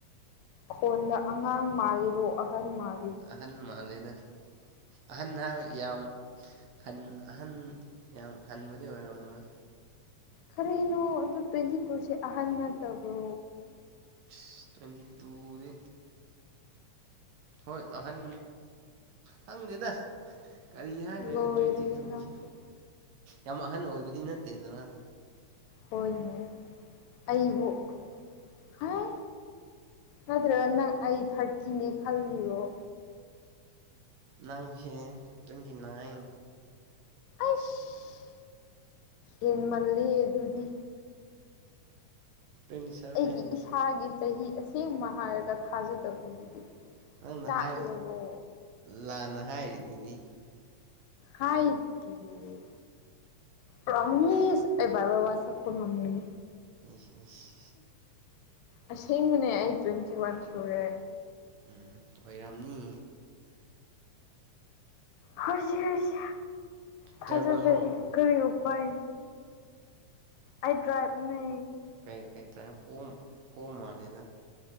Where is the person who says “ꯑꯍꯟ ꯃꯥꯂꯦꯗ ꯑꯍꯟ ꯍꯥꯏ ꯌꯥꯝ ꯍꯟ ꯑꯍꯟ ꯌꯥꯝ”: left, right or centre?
Right